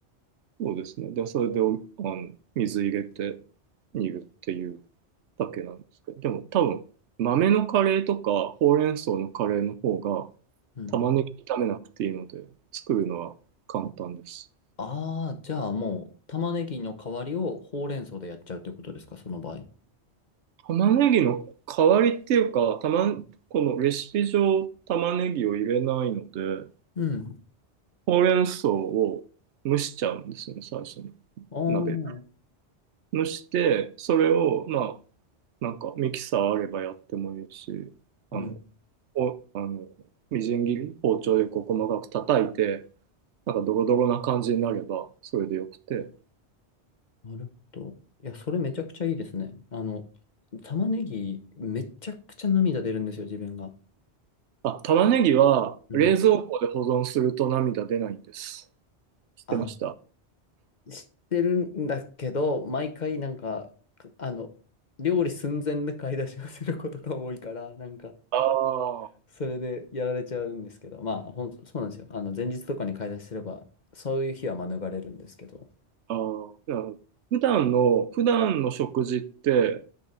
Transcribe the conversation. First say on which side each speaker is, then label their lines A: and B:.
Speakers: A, on the right; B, on the left.
A: そうですね。で、それでおあの水入れて煮るっていうだけなんですけど、でも多分豆のカレーとかほうれん草のカレーの方が
B: うん。
A: 玉ねぎ炒めなくていいので作るのは簡単です。
B: ああ、じゃあもう、玉ねぎの代わりをほうれん草でやっちゃうということですか、その場合。
A: 玉ねぎの代わりっていうか、玉、このレシピ上玉ねぎを入れないので、
B: うん。
A: ほうれん草を蒸しちゃうんですよね、最初に。
B: ああ、
A: 鍋。
B: う
A: 蒸して、それを、まあ、なんかミキサーあればやってもいいし、あの、
B: ん。
A: こうあの、みじん切り、包丁でこう細かく叩いて、なんかドロドロな感じになれば、それでよくて。
B: なるほど。いや、それめちゃくちゃいいですね。あの、玉ねぎ、めちゃくちゃ涙出るんですよ、自分が。
A: あ、玉ねぎは冷蔵庫で保存すると涙出ないんです。
B: うん。
A: 知ってました。
B: あ
A: あ
B: 知ってるんだけど、毎回なんか、かあの、料理寸前で買い出しをすることが多いから、なんか、
A: あ、あ
B: それでやられちゃうんですけど、まあ、ほん、そうなんですよ。あの、前日とかに買い出しすれば、そういう日は免れるんですけど。
A: あ、なるほど普段の、普段の食事って、